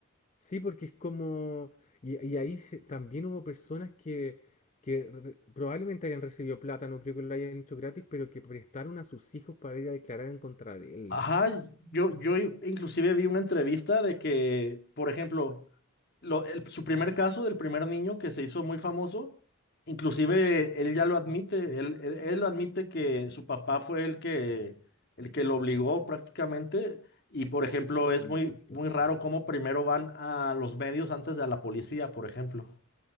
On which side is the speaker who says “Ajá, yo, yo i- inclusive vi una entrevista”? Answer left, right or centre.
Left